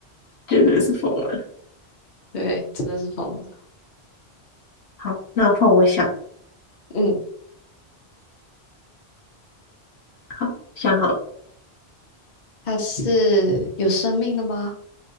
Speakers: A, on the left (about 70°); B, on the left (about 45°).
A: 绝对是疯了。
B: 对，真的是疯了，
A: 好，那换我想，
B: 嗯，
A: 好，想好了
B: 它是有生命的吗？